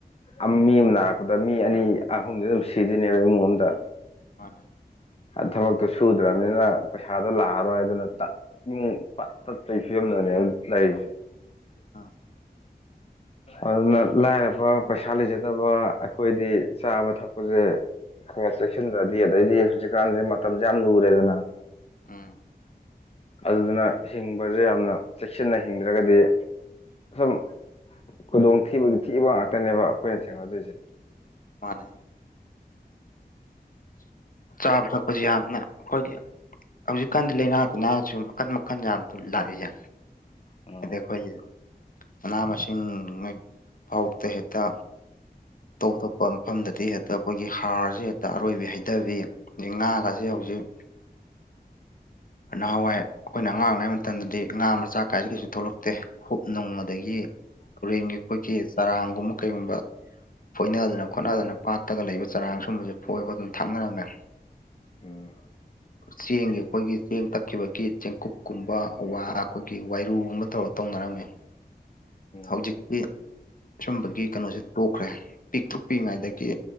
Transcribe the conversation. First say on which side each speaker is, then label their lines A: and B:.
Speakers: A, on the left; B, on the left.
A: ꯑꯝ ꯃꯤ ꯑꯃ ꯅꯥꯔꯛꯄꯗ ꯃꯤ ꯑꯅꯤ ꯑꯍꯨꯝꯗꯤ ꯑꯗꯨꯝ ꯁꯤꯗꯣꯏꯅꯦꯕ ꯏꯃꯨꯡ ꯑꯃꯗ
B: ꯃꯥꯅꯦ
A: ꯊꯕꯛꯇꯣ ꯁꯨꯗ꯭ꯔꯕꯅꯤꯅ ꯄꯩꯁꯥꯗꯣ ꯂꯥꯛꯑꯔꯣꯏ ꯑꯗꯨꯅ ꯏꯃꯨꯡ ꯄꯠ ꯇꯠꯇꯩꯒꯤ ꯐꯤꯕꯝꯗꯅꯦꯕ ꯂꯩꯔꯤꯁꯦ
B: ꯎꯝ
A: ꯑꯗꯨꯅ ꯂꯥꯏꯔꯕ ꯄꯩꯁꯥ ꯂꯩꯖꯗꯕ ꯑꯩꯈꯣꯏꯗꯤ ꯆꯥꯕ ꯊꯛꯄꯁꯦ ꯈꯔꯈꯔ ꯆꯦꯛꯁꯤꯟꯗ꯭ꯔꯗꯤ ꯑꯗꯩꯗꯤ ꯍꯧꯖꯤꯛꯀꯥꯟꯁꯦ ꯃꯇꯝꯁꯦ ꯌꯥꯝ ꯂꯨꯔꯦꯗꯅ
B: ꯎꯝ
A: ꯑꯗꯨꯗꯨꯅ ꯍꯤꯡꯕꯁꯦ ꯌꯥꯝꯅ ꯆꯦꯛꯁꯤꯟꯅ ꯍꯤꯡꯗ꯭ꯔꯒꯗꯤ ꯁꯨꯝ ꯈꯨꯗꯣꯡ ꯊꯤꯕꯒꯤ ꯊꯤꯕ ꯉꯥꯛꯇꯅꯦꯕ ꯑꯩꯈꯣꯏꯅ ꯊꯦꯡꯅꯗꯣꯏꯁꯦ
B: ꯃꯥꯅꯦ ꯆꯥꯕ ꯊꯛꯄꯁꯤ ꯌꯥꯝꯅ ꯑꯩꯈꯣꯏꯒꯤ ꯍꯧꯖꯤꯛ ꯀꯥꯟꯗꯤ ꯂꯥꯏꯅꯥ ꯇꯤꯟꯅ ꯁꯤꯁꯨꯝ ꯃꯈꯟ ꯃꯈꯟ ꯌꯥꯝ ꯑꯗꯨ ꯂꯥꯛꯏꯁꯦ
A: ꯎꯝ
B: ꯑꯗꯩ ꯑꯩꯈꯣꯏꯒꯤ ꯃꯅꯥ ꯃꯁꯤꯡ ꯐꯥꯎꯗ ꯍꯦꯛꯇ ꯑꯇꯣꯞ ꯑꯇꯣꯞꯄ ꯃꯐꯝꯗꯗꯤ ꯍꯦꯛꯇ ꯑꯩꯈꯣꯏꯒꯤ ꯍꯥꯔꯁꯤ ꯍꯦꯛꯇ ꯑꯔꯣꯏꯕꯤ ꯍꯩꯊꯕꯤ ꯑꯗꯩ ꯉꯥꯒꯁꯤ ꯍꯧꯖꯤꯛ ꯅꯍꯥꯟꯋꯥꯏ ꯑꯩꯈꯣꯏꯅ ꯑꯉꯥꯡ ꯑꯣꯏꯔꯤꯉꯩ ꯃꯇꯝꯗꯗꯤ ꯉꯥ ꯃꯆꯥ ꯀꯥꯏꯁꯦ ꯀꯩꯁꯨ ꯊꯣꯛꯂꯛ ꯇꯦ ꯍꯨꯞ ꯅꯨꯡ ꯑꯗꯒꯤ ꯍꯨꯔꯦꯟꯒꯤ ꯑꯩꯈꯣꯏꯒꯤ ꯆꯔꯥꯡꯒꯨꯝꯕ ꯀꯩꯒꯨꯝꯕ ꯐꯣꯏꯅꯗꯅ ꯈꯣꯠꯅꯗꯅ ꯄꯥꯠꯇꯒ ꯂꯩꯕ ꯆꯔꯥꯡ ꯁꯨꯝꯕꯁꯦ ꯐꯣꯏ ꯈꯣꯠꯇꯅ ꯊꯥꯛꯅꯔꯝꯃꯦ
A: ꯎꯝ
B: ꯆꯦꯡꯒꯤ ꯑꯩꯈꯣꯏꯒꯤ ꯆꯦꯡ ꯇꯛꯈꯤꯕꯒꯤ ꯆꯦꯡꯀꯨꯞꯀꯨꯝꯕ ꯋꯥ ꯑꯩꯈꯣꯏꯒꯤ ꯋꯥꯏꯔꯨꯒꯨꯝꯕ ꯇꯧꯔ ꯇꯧꯅꯔꯝꯃꯤ
A: ꯎꯝ
B: ꯍꯧꯖꯤꯛꯇꯤ ꯁꯨꯝꯕꯒꯤ ꯀꯩꯅꯣꯁꯦ ꯇꯣꯛꯈ꯭ꯔꯦ ꯄꯤꯛꯇ꯭ꯔꯨꯛ ꯄꯤꯛ ꯢꯉꯩꯗꯒꯤ